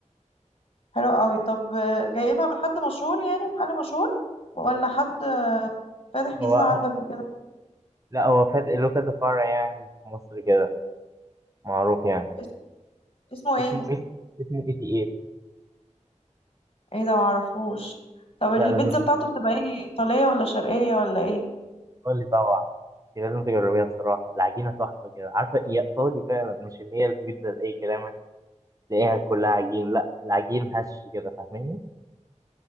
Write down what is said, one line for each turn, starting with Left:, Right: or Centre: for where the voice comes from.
Left: حلو قوي طب آه، جايبها من حد مشهور يعني محل مشهور ولا حد فاتح جديد
Right: هو
Left: عندك وكده
Right: لا هو فات له كذا فرع يعني في مصر كده معروف يعني
Left: اسم... اسمه ايه
Right: اسمه ايه اسمه اي تي ايه
Left: ايه ده معرفوش طب البيتزا
Right: لا لازم
Left: بتاعته بتبقى ايه ايطاليه ولا شرقيه ولا ايه
Right: قول لي طبعا دي لازم تجربيها بصراحة العجينة تحفة كده عارفة هي إيطالي فعلا مش اللي هي البيتزا لأي كلام اللي تلاقيها كلها عجين لا العجين هش كده فاهماني؟